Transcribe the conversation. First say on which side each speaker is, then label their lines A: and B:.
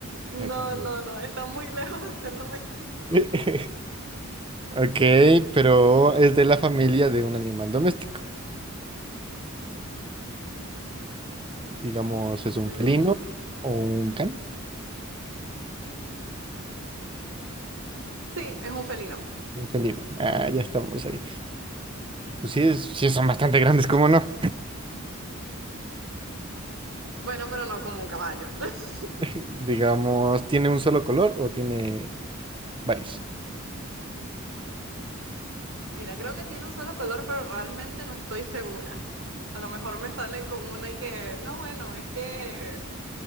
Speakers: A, on the right; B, on the right.
A: no,
B: no?
A: no, no, está muy lejos de ser doméstico.
B: <laughs> Ok, pero es de la familia de un animal doméstico. Digamos, es un
A: Mm,
B: felino o un can.
A: sí, es un felino.
B: Un felino. Ah, ya estamos ahí. Pues sí, es- sí son bastante grandes, ¿cómo no?
A: Bueno, pero no como un caballo. <laughs>
B: <laughs> Digamos, ¿tiene un solo color o tiene varios?
A: Mira, creo que tiene un solo color, pero realmente no estoy segura. A lo mejor me salen con una y que, no, bueno, es que